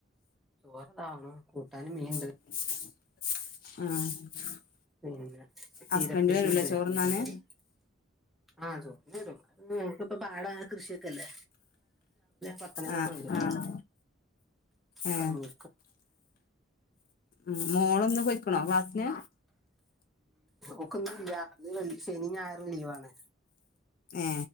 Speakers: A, in the centre; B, on the left.
A: ചോറതാവണ കൂട്ടാൻ മീൻ.....
B: ആഹ്....
A: പിന്നെ ചീതപ്പേരി
B: ഹസ്ബൻഡ് വരൂലേ
A: ഉണ്ട്
B: ചോറുണ്ണാന്
A: ചീത <unintelligible> ആഹ ചോന്നട..... ഉം ക്കിപ്പ പാട കൃഷിയൊക്കെല്ലേ..... പത്തണക്കൊക്കെ
B: ആഹ്
A: വരും
B: ആഹ് ഏഹ്
A: കഞ്ഞ....
B: ഉം മോളൊന്ന് പോയിക്കണോ ക്ലാസ്സിന്....
A: ഓക്കൊന്നുംല്ല ശനി ഞായറും ലീവാണ്.....
B: ഏ